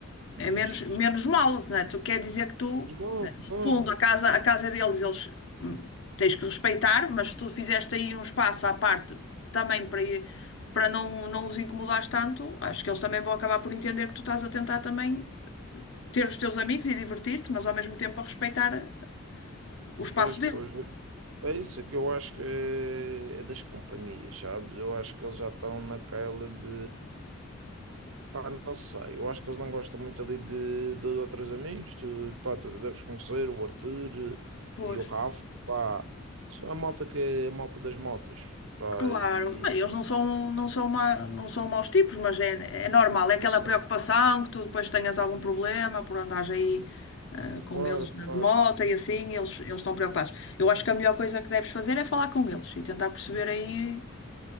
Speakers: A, on the right; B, on the left.
A: diz,
B: é menos, menos mal, não é? Tu quer dizer que tu,
A: "Mas vão,
B: né, no
A: claro.
B: fundo, a casa, a casa é deles, eles hum, tens que respeitar, mas se tu fizeste aí um espaço à parte também para, ir- para não, não os incomodares tanto, acho que eles também vão acabar por entender que tu estás a tentar também ter os teus amigos e divertir-te, mas ao mesmo tempo a respeitar eh, o espaço
A: Pois,
B: deles.
A: pois, É isso, é que eu acho que é é das companhias, sabes? Eu acho que eles já estão naquela de. Pá, não sei. Eu acho que eles não gostam muito ali de dois ou três amigos. Tu, pá, tu deves conhecer o Arthur
B: Pois.
A: e o Rafa. Pá, só a malta que é a malta das motas. Pá,
B: Claro,
A: e.
B: bem, eles não são, não são, ma, não são maus tipos, mas é, é normal, é aquela
A: Não sei,
B: preocupação que tu depois tenhas algum problema por andares aí ah, com
A: claro, claro.
B: eles de
A: claro.
B: moto e assim, eles, eles estão preocupados. Eu acho que a melhor coisa que deves fazer é falar com eles e tentar perceber aí